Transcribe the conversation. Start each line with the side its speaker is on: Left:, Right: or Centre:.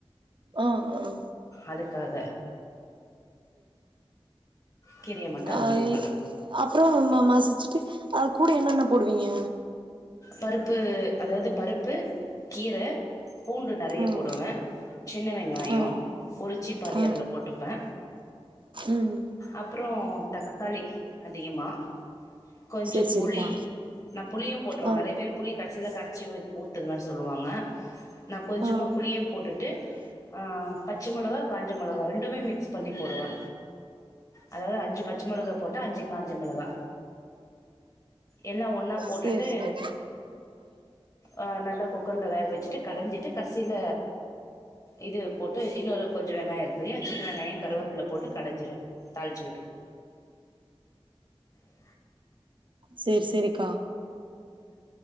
Right: ஆ ஆ ஆ
Left: அதுக்காக கீரையை மட்டும் அது
Right: அய்
Left: மாதிரி பண்ணும்
Right: அப்றோ ம மசிச்சுட்டு அத் கூட என்னென்ன போடுவீங்க
Left: பருப்பு அதாவ்து பருப்பு கீர பூண்டு நெறைய
Right: ம்
Left: போடுவே சின்ன வெங்காயோ
Right: ஆ
Left: உறிச்சிப் பாதி
Right: ஆ
Left: அதுல போட்டுப்பே
Right: ம்
Left: அப்றோ தக்காளி அதிகமா கொஞ்சோ
Right: சேரி சேரிக்கா
Left: புளி நா புளியூ றோ
Right: ஆ
Left: நறைய பேரு புளி கடசில கரச்சி ஊத் ஊத்துங்க சொல்லுவாங்க நா கொஞ்சமா
Right: ஆ
Left: புளியூ போட்டுட்டு ஆ பச்ச மெளகா காஞ்ச மெளகா ரெண்டுமே மிக்ஸ் பண்ணி போடுவே அதாவ்து அஞ்சி பச்ச மெளகா போட்டா அஞ்சி காஞ்ச மிளகா எல்லா ஒன் லா போட்டுட்
Right: சேரி
Left: ஆ
Right: சேரி
Left: ஆ நல்லா குக்கர்ல வேக வச்சுட்டு கடஞ்சிட்டு கட்சில இது போட்டு இன்னொரு கொஞ்சோ வெங்காயோ இருக்குல்லியா சின்ன வெங்காயோ கருவேப்பில போட்டு கடைஞ்சிடூ தாள்ச்சு விட்ர் ஓ
Right: சேர் செரிக்கா